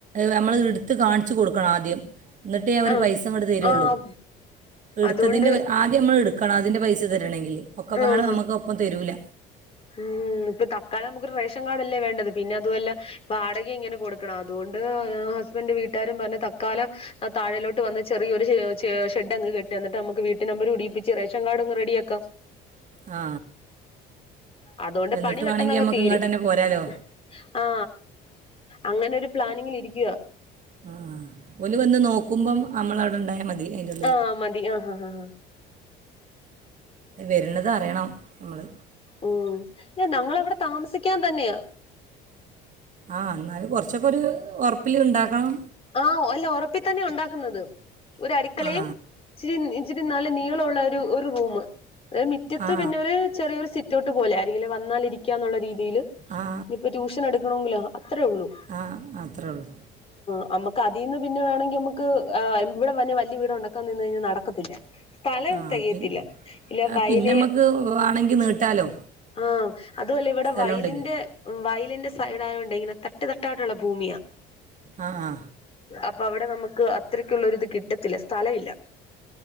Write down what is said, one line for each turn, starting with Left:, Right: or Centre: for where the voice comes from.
Right: നമ്മൾ എടുത്ത് കാണിച്ച് കൊടുക്കണം ആദ്യം എന്നിട്ടേ ആ ഒരു
Left: ആഹ്
Right: പൈസ അങ്ങട് തരുുള്ളൂ
Left: ആഹ്
Right: എടുത്തതിൻ്റെ
Left: അതുകൊണ്ട്
Right: വ ആദ്യം നമ്മൾ എടുക്കണം അതിൻ്റെ പൈസ തരണെങ്കില് ഒക്കെ പാട്
Left: ആഹ്
Right: നമുക്ക് ഒപ്പം തരൂല്ല.
Left: ഉം ഇപ്പൊ തക്കാലം നമുക്കൊരു റേഷൻ കാർഡ്ല്ലേ വേണ്ടത് പിന്നെ അതുഅല്ല വാടക ഇങ്ങനെ കൊടുക്കണം അതുകൊണ്ട് ആ ഹസ്ബൻഡ് വീട്ടാരും പറഞ്ഞ തക്കാലം താഴേലോട്ട് വന്ന് ചെറിയൊരു ഷെ ചെ ഷെഡ് അങ്ങ് കെട്ട് എന്നിട്ട് നമുക്ക് വീട്ട് നമ്പര് ഇടീപ്പിച്ച് റേഷൻ കാർഡ്ങ്ങ് റെഡിയാക്കാം.
Right: ആ
Left: അതുകൊണ്ട്
Right: എന്നിട്ട്
Left: പണി പെട്ടന്നങ്ങ്
Right: വേണമെങ്കിൽ നമുക്ക്
Left: തീരും
Right: ഇങ്ങോട്ട് തന്നെ പോരാലോ
Left: ഹ് ആ അങ്ങനെ ഒരു പ്ലാനിങ്ങിൽ ഇരിക്കയാ
Right: ആ ഒല്ലു വന്ന് നോക്കുമ്പം നമ്മൾ അവിടെ ഉണ്ടായാ മതി. അതിൻ്റെ
Left: ആ മതി ആഹ ആ ഹാ ഹാ
Right: വരണത് അറിയണം നമ്മള്
Left: ഊ യെ നങ്ങൾ അവിടെ താമസിക്കാൻ തന്നെയാ
Right: ആ എന്നാല് കുറച്ചൊക്കെ ഒരു ഒറപ്പില് ഉണ്ടാക്കണം.
Left: ആ ഒല്ല ഉറപ്പിൽ തന്നെയാ ഉണ്ടാക്കുന്നത്. ഒരു അടുക്കളയും
Right: ആ
Left: <unintelligible> ഇത്തിരി നല്ല നീളൊള്ള ഒരു ഒരു റൂമ് എ മിറ്റത്ത്
Right: ആ
Left: പിന്നെ ഒരു ചെറിയൊരു സിറ്റ് ത്തോട്ട് പോലെ ആരെങ്കിലും വന്നാലിരിക്കാ എന്നുള്ള രീതി തില്
Right: ആ
Left: ഇപ്പ ട്യൂഷൻ എടു റൂമിലാ അത്രേള്ളൂ
Right: ആ ആ അത്രേ ഉള്ളൂ
Left: ആ അമ്മക്ക് അതീന്ന് പിന്നെ വേണെങ്കി നമ്മക്ക് ഏഹ് ഇവിടെ വന്നെ വലിയ വീടുണ്ടാക്കാ നിന്ന് കഴിഞ്ഞാ നടക്കത്തില്ല സ്ഥലം
Right: ആ
Left: തെകയത്തില്ല
Right: പി
Left: ഇല്ല
Right: ആ
Left: വയല്
Right: പിന്നെ നമുക്ക് ആണെങ്കിൽ നീട്ടാലോ
Left: ആ അതു അല്ല ഇവടെ
Right: സ്ഥലം
Left: വയലിന്റെ
Right: ഉണ്ടെങ്കിൽ
Left: വയ് <inaudible> ഇന്റെ സൈഡായോണ്ടെയിങ്ങനെ തട്ട് തട്ടായിട്ടുള്ള ഭൂമിയാ.
Right: അ ആ
Left: അപ്പൊ അവിടെ നമുക്ക് അത്രക്കുള്ള ഒരു ഇത് കിട്ടത്തില്ല സ്ഥലം ഇല്ല.